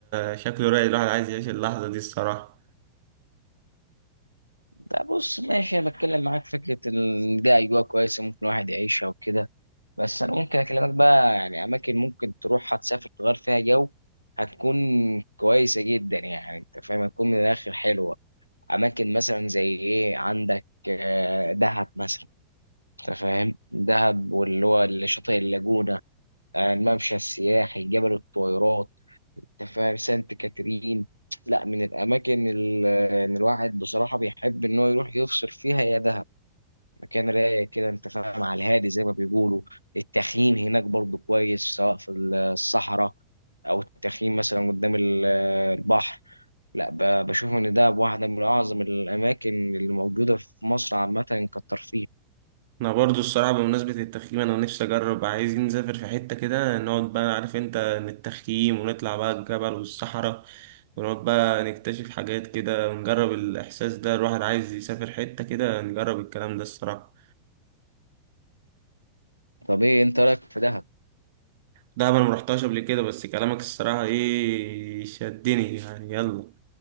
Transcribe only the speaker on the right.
آه، شكله رايق الواحد عايز يعيش اللحظه دي الصراحه
انا برضو الصراحه بمناسبه التخييم انا نفسي اجرب عايزين نسافر في حته كده نقعد بقى عارف انت نتخييم ونطلع بقى الجبل والصحراء ونقعد بقى نكتشف حاجات كده ونجرب الاحساس ده الواحد عايز يسافر حته كده نجرب الكلام ده الصراحه
ده انا مرحتهاش قبل كده بس كلامك الصراحه ايه شدني يعني يلا